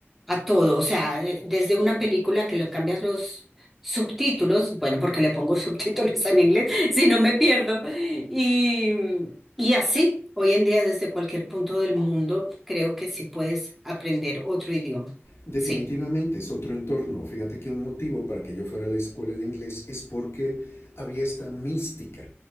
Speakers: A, in the centre; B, on the left.
A: a todo. O sea, eh, desde una película que le cambias los subtítulos, bueno, porque le pongo <laughs> subtítulos en inglés, <laughs> si no me pierdo. Y, y así, hoy en día, desde cualquier punto del mundo, creo que sí puedes aprender otro idioma.
B: Definitivamente
A: Sí,
B: es otro entorno. Fíjate que un motivo para que yo fuera a la escuela de inglés es porque había esta mística